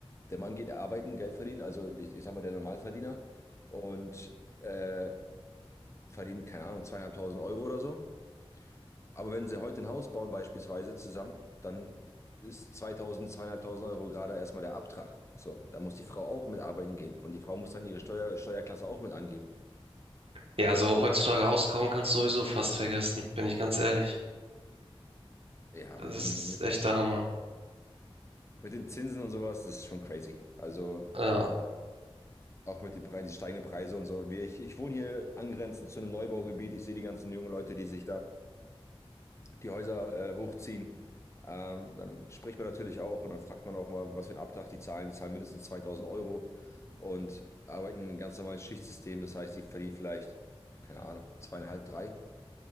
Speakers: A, on the left; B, on the right.
A: der Mann geht arbeiten, Geld verdienen, also ich, ich sag mal der Normalverdiener und äh, verdient, keine Ahnung, zweieinhalbtausend Euro oder so. Aber wenn sie heute ein Haus bauen, beispielsweise zusammen, dann ist 2000, 2500 Euro gerade erstmal der Abtrag. So, da muss die Frau auch mitarbeiten gehen und die Frau muss dann ihre Steuer, Steuerklasse auch mit angeben.
B: Ja, also heutzutage Hauskauen kannst du sowieso fast vergessen, bin ich ganz ehrlich.
A: Ja,
B: Das
A: mit den,
B: ist
A: mit,
B: echt der Hammer.
A: mit den Zinsen und sowas, das ist schon crazy. Also
B: Ja,
A: auch mit den Preisen, die steigenden Preise und so. Wir, ich, ich wohne hier angrenzend zu einem Neubaugebiet. Ich sehe die ganzen jungen Leute, die sich da die Häuser äh, hochziehen. Ähm, dann spricht man natürlich auch und dann fragt man auch mal, was für einen Abtrag die zahlen. Die zahlen mindestens 2000 Euro und arbeiten in einem ganz normalen Schichtsystem. Das heißt, die verdienen vielleicht, keine Ahnung, zweieinhalb, drei.